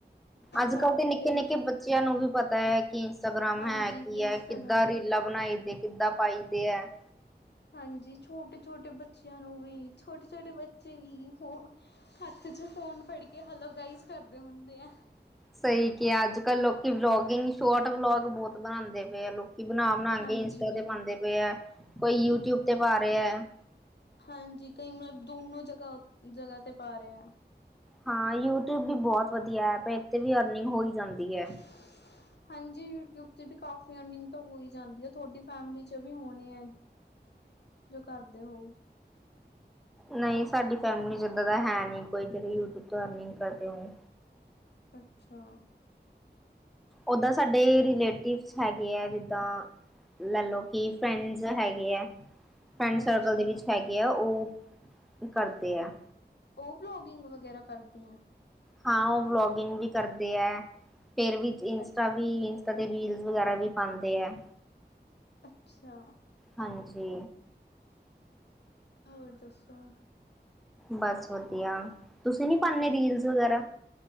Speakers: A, in the centre; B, on the left (about 70°).
A: ਅੱਜ
B: ਘਰ
A: ਕੱਲ
B: ਚ
A: ਦੇ ਨਿੱਕੇ- ਨਿੱਕੇ ਬੱਚਿਆਂ ਨੂੰ ਵੀ ਪਤਾ ਹੈ। ਕੀ ਇੰਸਟਾਗ੍ਰਾਮ
B: ਹਾਂਜੀ
A: ਹੈ ਕੀ
B: ਕਿ ਇੰਸਟਾਗ੍ਰਾਮ
A: ਹੈ, ਕਿੱਦਾਂ ਰੀਲਾਂ ਬਣਾਈ ਦੀਆ ਕਿੱਦਾਂ ਪਾਈ ਦੇ ਹੈ।
B: ਹਾਂਜੀ। ਛੋਟੇ- ਛੋਟੇ ਬੱਚਿਆਂ ਨੂੰ ਵੀ, ਛੋਟੇ- ਛੋਟੇ ਬੱਚੇ ਵੀ ਉਹ ਹੱਥ ਚ' ਫ਼ੋਨ ਫੜਕੇ ਹੇਲੋ ਗਾਈਜ਼ ਕਰਦੇ ਹੁੰਦੇ ਆ।
A: ਸਹੀ ਕਿਹਾ, ਅੱਜ -ਕੱਲ੍ਹ ਲੋਕੀ ਵਲੋਗਿੰਗ, ਸ਼ੋਰਟ ਵਲੋਗ ਬਹੁਤ ਬਣਾਉਂਦੇ ਪਏ ਆ ਲੋਕ ਕੀ ਬਣਾ ਬਣਾਕੇ
B: ਹਾਂਜੀ।
A: ਇੰਸਟਾ ਤੇ ਪਾਉਂਦੇ ਪਏ ਹੈ, ਕੋਈ ਯੂਟਿਊਬ ਤੇ ਪਾ ਰਿਹਾ ਹੈ।
B: ਹਾਂਜੀ ਕਈ ਮਤਲਬ ਦੋਨੋ ਜਗ੍ਹਾ, ਜਗ੍ਹਾ ਤੇ ਪਾ ਰਿਹਾ ਆ।
A: ਹਾਂ ਯੂਟਿਊਬ ਵੀ ਬਹੁਤ ਵਧੀਆ ਐਪ ਹੈ, ਇੱਥੇ ਵੀ ਅਰਨਿੰਗ ਹੋਈ ਜਾਂਦੀ ਹੈ।
B: <inaudible> ਹਾਂਜੀ ਯੂਟਿਊਬ ਤੇ ਵੀ ਕਾਫੀ ਅਰਨਿੰਗ ਤਾਂ ਹੋਈ ਜਾਂਦੀ ਆ ਤੁਹਾਡੀ ਫੈਮਲੀ 'ਚ ਵੀ ਹੋਣੇ ਹੈ। ਜੋ ਕਰਦੇ ਹੋ।
A: ਨਹੀਂ ਸਾਡੀ ਫੈਮਿਲੀ 'ਚ ਇਦਾਂ ਦਾ ਹੈ ਨੀ ਕੋਈ, ਜਿਹੜੇ ਯੂਟਿਊਬ ਤੋਂ ਅਰਨਿੰਗ ਕਰਦੇ ਹੋ।
B: ਅੱਛਾ।
A: ਓਦਾਂ ਸਾਡੇ ਰਿਲੇਟਿਵਸ ਹੈਗੇ ਆ, ਜਿੱਦਾਂ ਲੈ ਲਓ, ਕਿ ਫਰੈਂਡਸ ਹੈਗੇ ਹੈ। ਫਰੈਂਡ
B: ਅੱਛਾ
A: ਸਰਕਲ ਦੇ ਵਿੱਚ ਹੈਗੇ ਆ, ਉਹ ਕਰਦੇ ਆ।
B: ਉਹ ਵਲੋਗਿੰਗ ਵਗੈਰਾ ਕਰਦੀ ਆ।
A: ਹਾਂ ਉਹ ਵਲੋਗਿੰਗ ਵੀ ਕਰਦੇ ਹੈ, ਫਿਰ ਵੀ ਇੰਸਟਾ
B: ਅੱ
A: ਵੀ ਕਦੇ ਰੀਲਜ਼ ਵਗੈਰਾ ਵੀ ਪਾਉਂਦੇ ਹੈ।
B: ਅੱਛਾ।
A: ਹਾਂਜੀ।
B: ਹੋਰ ਦੱਸੋ?
A: ਬਸ ਵਧੀਆ, ਤੁਸੀਂ ਨੀ ਪਾਉਨੇ ਰੀਲਸ ਵਗੈਰਾ?